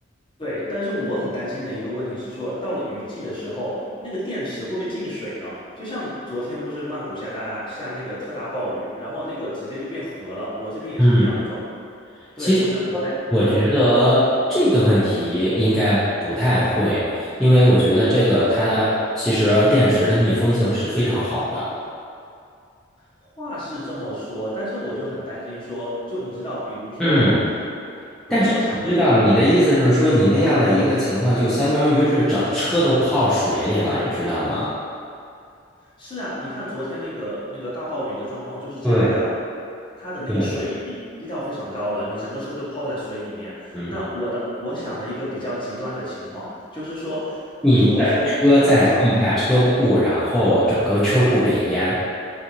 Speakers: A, on the left; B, in the centre.
A: 对，但是我很担心的一个问题是说，到了雨季的时候，那个电池会不会进水呢？就像昨天不是曼谷下大大下那个特大暴雨，然后那个直接就变河了，我这边也是一样的状况
B: 嗯。
A: 对，
B: 其实
A: 我就很担心。
B: 我觉得这个问题应该不太会，
A: 说。
B: 因为我觉得这个它其实电池的密封性是非常好的。
A: 话是这么说，但是我就很担心说，就你知道，比如说哈，
B: 嗯，
A: 对，
B: 但是我知道你的意思是说，
A: 我想的
B: 你那样的一个情况，就相当于是整车都泡水里了，你知道吗？
A: 是啊，你看昨天那个那个大暴雨的状况就是这样的啊
B: 对
A: 它的那个水已积到非常高了，
B: 对，
A: 你整个车就泡在水里面。
B: 嗯，
A: 那我的我想了一个比较极端的情况，就是说，
B: 你的车在地下车库，
A: 如果说不小。
B: 然后整个车库被淹。